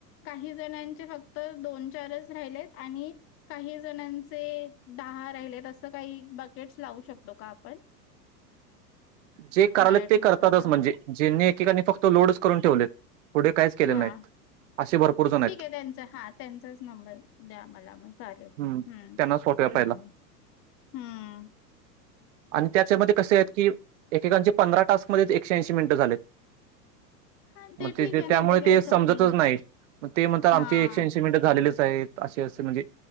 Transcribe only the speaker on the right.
जे करालेत
ते
करतातच म्हणजे जेनी एकेकाणी फक्त लोडच करून ठेवलेत पुढे काहीच केले
नाहीत असे भरपूर जण आहेत
हं
त्यांनाच पाठवूया
पहिला.
आणि त्याच्यामध्ये कसे आहेत की एकेकांचे पंधरा टास्कमध्येच एकशे ऐंशी मिनिटं झालेत
मग
ते-ते
त्यामुळे
ते समजतच
नाही मग ते म्हणतात
आमचे एकशे ऐंशी मिनटं झालेलीच सायत-असे -असे म्हणजे